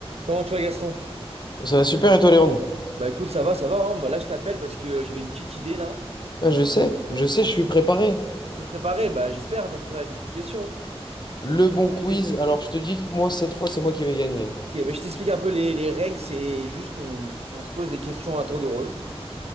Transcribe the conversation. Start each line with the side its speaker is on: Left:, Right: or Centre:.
Right: Comment tu vas Gaston?
Left: Ça va super et toi, Léon?
Right: Bah écoute, ça va, ça va, hein. Bah là je t'appelle parce que j'avais une petite idée là.
Left: Ah, je sais,
Right: Oh.
Left: je sais, je suis préparé.
Right: T'es préparé? Bah j'espère, hein, t'as préparé tes petites questions. hein.
Left: Le
Right: Donc
Left: bon quiz.
Right: je t'explique.
Left: Alors, je te dis que moi, cette fois, c'est moi qui vais gagner.
Right: Ok, bah, je t'explique un peu les, les règles, c'est juste on, on se pose des questions à tour de rôle